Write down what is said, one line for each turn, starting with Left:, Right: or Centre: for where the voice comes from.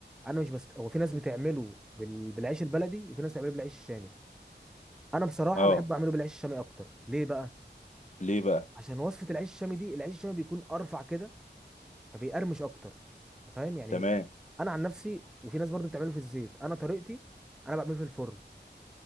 Centre: انا مش بست هو في ناس بتعمله بال... بالعيش البلدي وفي ناس بتعمله بالعيش الشامي انا بصراحة
Left: اه
Centre: بحب اعمله بالعيش الشامي اكتر ليه بقى
Left: ليه بقى
Centre: عشان وصفه العيش الشامي دي العيش الشامي بيكون ارفع كده فبيقرمش اكتر أنت فاهم يعني
Left: تمام
Centre: انا عن نفسي وفي ناس برضو بتعمله في الزيت انا طريقتي انا بعمله في الفرن